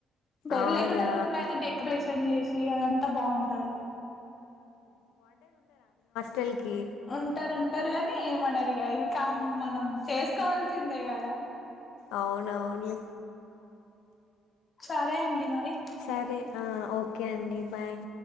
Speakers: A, on the left (about 40°); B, on the left (about 85°).
A: బెల్
B: అవునా
A: లేకుండా రూమ్ లో అయితే డెకరేషన్ డెకరేషన్ చేసి అదంతా బాగుంటది.
B: తెల్కి
A: ఉంటారు ఉంటారు కానీ ఏమనారు. ఇగా ఇది కామన్ మనం చేసుకోవాల్సిందే కదా
B: అవునవునులే
A: సరే అండి మరి
B: సరే ఆ ఓకే అండి బాయ్